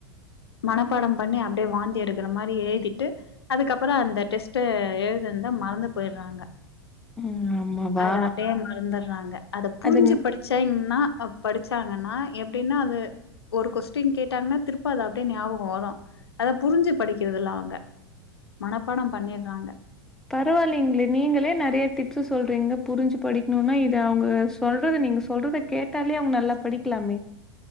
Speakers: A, on the left (about 70°); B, in the centre.
A: மனப்பாடம் பண்ணி அப்டே வாந்தி எடுக்கற மாரி எழுதிட்டு அதுக்கப்பறோ அந்த டெஸ்ட்ட எழுதன்த மறந்து போயிடுறாங்க
B: ம் ஆமாவா
A: அது அப்டே மறந்துடுறாங்க அத புரிஞ்சு
B: அது
A: படி சைங்னா படிச்சாங்கன்னா எப்படின்னா அது ஒரு கொஸ்டின் கேட்டாங்கன்னா திருப்ப அது அப்டே ஞாபகோ வரு அத புரிஞ்சு படிக்கிறது இல்ல அவுங்க மனப்பாடம் பண்ணிடுறாங்க
B: பரவாயில்லைங்களே நீங்களே நறைய டிப்ஸ்சு சொல்றீங்க புரிஞ்சு படிக்கணும்னா இது அவுங்க சொல்றத நீங்க சொல்றத கேட்டாலே அவுங்க நல்லா படிக்கலாமே